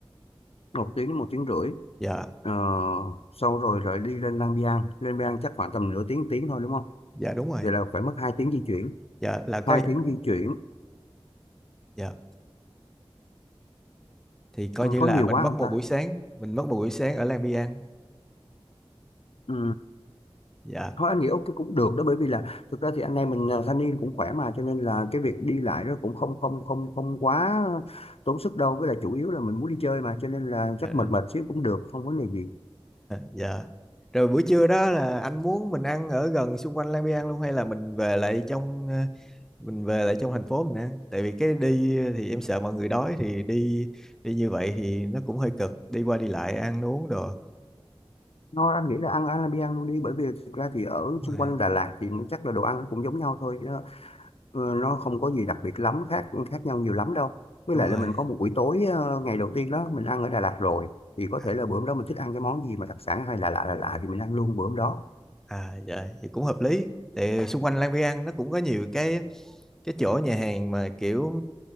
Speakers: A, on the left (about 80°); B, in the centre.
A: Một tiếng đến một tiếng rưỡi.
B: dạ
A: Ờ, sau rồi rồi đi lên Lang Biang lên Lang Biang chắc khoảng tầm nửa tiếng tiếng thôi đúng không?
B: dạ đúng rồi
A: Vậy là phải mất hai tiếng di chuyển
B: dạ là có
A: hai tiếng di chuyển
B: dạ thì coi
A: Ừ,
B: như
A: có
B: là
A: nhiều
B: mình
A: quá
B: mất
A: không
B: một
A: ta
B: buổi sáng mình mất một buổi sáng ở Lang Biang
A: ừ.
B: dạ
A: thôi anh nghĩ ok cũng được đó bởi vì là thực ra thì anh em mình à, thanh niên cũng khỏe mà cho nên là cái việc đi lại đó cũng không không không không quá tốn sức đâu với lại chủ yếu là mình muốn đi chơi mà cho nên là
B: dạ
A: chắc mệt mệt xíu cũng được không vấn đề gì
B: dạ rồi buổi trưa đó là anh muốn mình ăn ở gần xung quanh Lang Biang luôn hay là mình về lại trong ờ, mình về lại trong thành phố mình ăn tại vì cái đi thì em sợ mọi người đói thì đi đi như vậy thì nó cũng hơi cực đi qua đi lại ăn uống đồ
A: thôi anh nghĩ là ăn ăn luôn đi bởi vì thực ra thì ở
B: đúng
A: xung
B: rồi
A: quanh Đà Lạt thì chắc là đồ ăn cũng giống nhau thôi chứ, ờ, nó không có gì đặc biệt lắm khác khác nhau nhiều lắm đâu với
B: đúng
A: lại là
B: rồi
A: mình có một buổi tối ờ, ngày đầu tiên đó mình ăn ở Đà Lạt rồi thì có
B: À,
A: thể là bữa hôm đó mình thích ăn cái món gì mà đặc sản hay là lạ lạ lạ thì mình ăn luôn bữa hôm đó
B: À dạ, vậy cũng hợp lý. Tại xung quanh Lang Biang nó cũng có nhiều cái cái chỗ nhà hàng mà kiểu